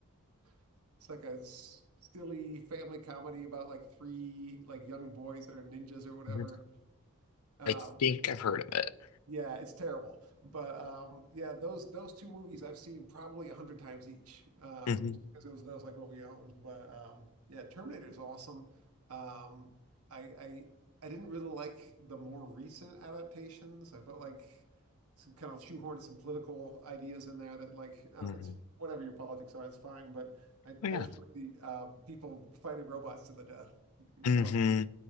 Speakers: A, on the right; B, on the left.
A: <laughs> it's like a s- silly family comedy about like three like young boys that are ninjas or whatever.
B: mhm.
A: um,
B: I think I've heard of it.
A: Yeah, it's terrible. But um, yeah, those those two movies I've seen probably a hundred times each, um,
B: hmm
A: just because it was those like what we owned. But um, yeah, Terminator is awesome. Um, I I I didn't really like the more recent adaptations. I felt like some kind of shoehorned some political ideas in there that like uh,
B: hmm
A: it's whatever your politics are, it's fine. But I I
B: Oh, yeah.
A: just want the uh, people fighting robots to the death, <laughs> you
B: hmm
A: know?